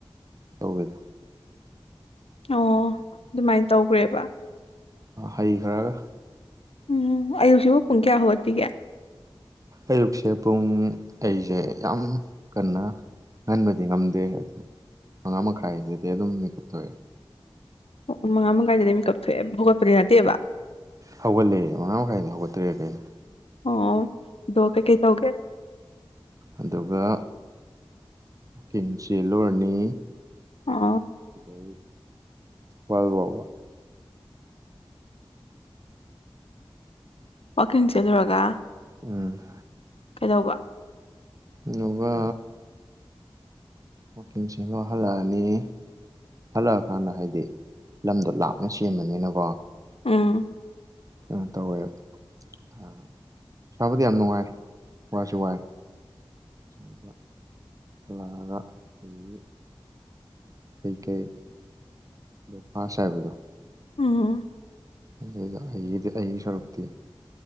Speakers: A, on the right (about 35°); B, on the left (about 85°).
A: ꯇꯧꯕꯦꯗ
B: ꯑꯣ ꯑꯗꯨꯃꯥꯏꯅ ꯇꯧꯈ꯭ꯔꯦꯕ
A: ꯍꯩꯈ꯭ꯔꯒ
B: ꯎꯝ ꯑꯌꯨꯁꯤꯕꯨ ꯄꯨꯡ ꯀꯌꯥ ꯍꯧꯒꯠꯄꯤꯒꯦ
A: ꯑꯌꯨꯛꯁꯦ ꯄꯨꯡ ꯑꯩꯁꯦ ꯌꯥꯝ ꯀꯟꯅ ꯑꯍꯟꯕꯗꯤ ꯉꯝꯗꯦ ꯑꯗꯨ ꯃꯉꯥ ꯃꯈꯥꯏꯗꯗꯤ ꯑꯗꯨꯝ ꯃꯦꯀꯞ ꯊꯣꯛꯑꯦ
B: ꯑꯣ ꯃꯉꯥ ꯃꯈꯥꯏꯗ ꯃꯤ ꯀꯞꯊꯣꯛꯑꯦ ꯣꯒꯠꯄꯗꯤ ꯅꯠꯇꯦꯕ
A: ꯍꯧꯒꯠꯂꯛꯑꯦ ꯃꯉꯥ ꯃꯈꯥꯏꯗ ꯍꯧꯒꯠꯇ꯭ꯔꯦ ꯀꯩꯅꯣ
B: ꯑꯣ ꯗꯣ ꯀꯦ ꯀꯩ ꯇꯧꯒꯦ
A: ꯑꯗꯨꯒ ꯋꯥꯋꯀꯤꯡ ꯆꯦꯜꯂꯨꯔꯅꯤ
B: ꯑꯣ
A: ꯁꯤꯗꯥꯏ ꯊꯕꯥꯜ ꯋꯥꯕ
B: ꯋꯥꯋꯀꯤꯡ ꯆꯠꯂꯨꯔꯒ
A: ꯎꯝ
B: ꯀꯩꯗꯧꯕ
A: ꯑꯗꯨꯒ ꯋꯥꯛꯀꯤꯡꯁꯤ ꯂꯣꯏꯍꯜꯂꯛꯑꯅꯤ ꯍꯜꯂꯛꯑꯀꯥꯟꯗ ꯍꯥꯏꯗꯤ ꯂꯝꯗꯣ ꯂꯥꯞꯅ ꯆꯦꯟꯕꯅꯤꯅꯀꯣ
B: ꯑꯥ
A: ꯀꯩꯅꯣ ꯇꯧꯋꯦꯕ ꯑ ꯁꯥꯕꯗꯤ ꯌꯥꯝ ꯅꯨꯡꯉꯥꯏ ꯋꯥꯏꯁꯨ ꯋꯥꯏ ꯑꯗꯨꯒ ꯂꯥꯛꯑꯒ ꯑꯩꯒꯤ ꯀꯩꯀꯩ ꯕ꯭ꯔꯦꯛꯐꯥꯁ ꯍꯥꯏꯕꯗꯣ
B: ꯎꯝ
A: ꯑꯗꯨꯏꯗ ꯑꯩꯒꯤꯗꯤ ꯑꯩꯒꯤ ꯁꯔꯨꯛꯇꯤ